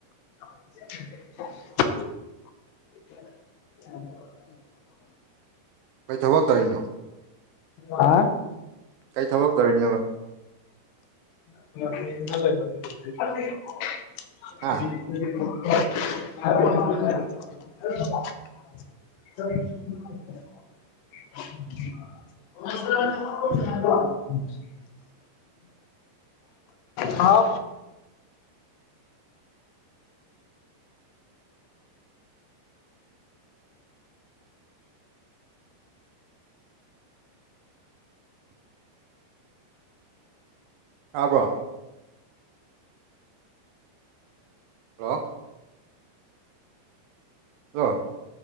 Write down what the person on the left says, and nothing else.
<unintelligible>
ꯍꯥ
<unintelligible>
<inaudible> <inaudible> ꯍꯥꯎ